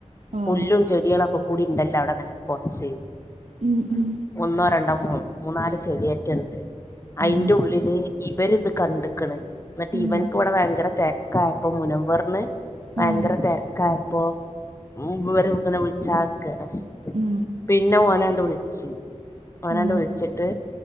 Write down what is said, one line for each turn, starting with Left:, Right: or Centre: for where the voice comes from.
Right: ആഹ്
Left: പുല്ലും ചെടികളും ഒക്കെ കൂടി ഉണ്ടല്ലോ അവിടെ അങ്ങനെ കൊറച്ച്
Right: ഉം ഉം
Left: ഒന്നോ രണ്ടോ മൂന്ന് മൂന്നാല് ചെടിയേറ്റ ഇണ്ട് അയിന്റെ
Right: ഉം
Left: ഉള്ളില് ഇവര് ഇത് കണ്ട്ക്ണ് എന്നിട്ട്
Right: ഉം
Left: ഇവന്ക്ക് ഇവിടെ ഭയങ്കര തെ ആയപ്പൊ മുനവ്വറിന് ഭയങ്കര
Right: ഉം
Left: തെര് കയപ്പോ ഇവര് ഇങ്ങനെ വിളിച്ചാതെക്കാണ്
Right: ഉം
Left: പിന്നെ ഓനാണ്ട് വിളിച്ച് ഓനാണ്ട്
Right: ഉം
Left: വിളിച്ചിട്ട്